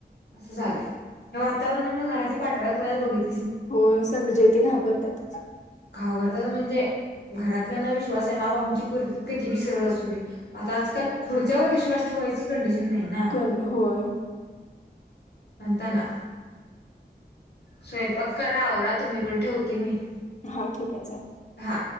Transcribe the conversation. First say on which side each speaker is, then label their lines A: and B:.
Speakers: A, on the left (about 75°); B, on the left (about 45°).
A: असं झाले या वातावरणामुळे घरातली पाठवायला कोणाला बघित
B: हो संग जे ते घाबरतातच
A: घाबरतात म्हणजे, घरातल्यांना विश्वास आहे माप आमची पोरगी कधी बी सरळ असू दे आता आजकाल पुढच्यावर विश्वास ठेवाय ची कंडिशन नाही ना
B: कोण होय
A: म्हणताना स्वयंपाक करा आवरा तुम्ही पण ठेवते मी,
B: हा ठीक आहे चालेल,
A: हा